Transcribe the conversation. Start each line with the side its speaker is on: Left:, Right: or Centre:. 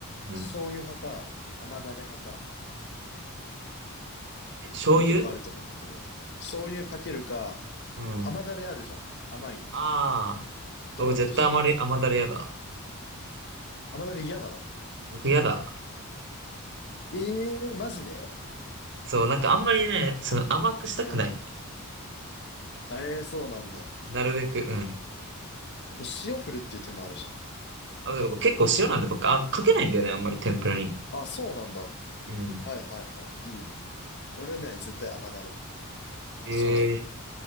Right: う。
Left: 醤油派か、
Right: うん。
Left: 甘だれ派か、
Right: え、醤油
Left: これ結構あると思うんだけど、醤油かけるか、
Right: うん。
Left: 甘だれあるじゃん。甘い、
Right: ああ。
Left: ドロッとしたやつ。
Right: 僕絶対甘り、甘だれやだ。
Left: 甘だれ嫌なの
Right: 僕やだ。
Left: ええー、マジで
Right: そう、なんかあんまりね、その甘くしたくない。
Left: うん。ええー、そうなんだ。
Right: なるべく、うん。
Left: あと、塩振るっていう手もあるじゃん。
Right: あ、だから僕結構塩なんで僕、あ、かけないんだよね、あんまり天ぷらに。
Left: あ、そうなんだ。
Right: うん。
Left: はいはいはい。いいね、いいね。俺ね、絶対甘だれ。
Right: ええ
Left: 正直。